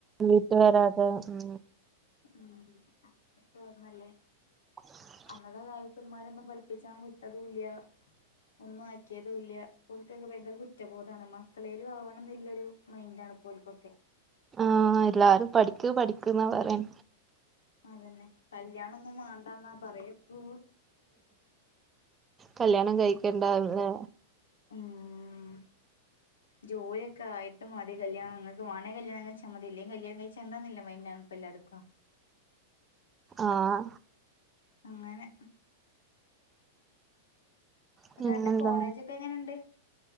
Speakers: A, on the right; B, on the left.
A: വീട്ട് വരാതെ ഉം
B: ഉം അങ്ങന തന്നല്ലേ
A: <inaudible>
B: അന്നത്തെ കാലത്ത്ന്മാരൊന്നും പഠിപ്പിച്ചാൻ വിട്ടതല്ല ഒന്നും ആക്കിയതൂല്യ പോക്കൊക്കെ ഭയങ്കര കുറ്റബോധമാണ് മക്കളേലും ആവണം എന്നില്ലരു മൈൻറാണ് പോൽക്കൊക്കെ
A: ആഹ എല്ലാരും പഠിക്ക പഠിക്കന്നാ പറയൻ
B: അതന്നെ കല്യാണ ഒന്നും മണ്ടന്നാ പറയപ്പ
A: കല്യാണം കഴിക്കണ്ടാ ആഹ്
B: ഉംം ജോലിയ ഒക്കെ ആയി്ട്ട് മതി കല്യാണം ങ്ങക്ക് വേണേ കല്യാണം കയ്ചാ മതി ഇല്ലേ കല്യാണംഴിച്ചണ്ടാന്നില്ലാന്ന മയ്ൻറാ ഇപ്പ എല്ലാവർക്കും
A: ആഹ
B: അങ്ങനെ എന്നിട്ട്
A: പിന്നെന്താ
B: അന്റെ കോളേജൊക്കെ എങ്ങനെണ്ട്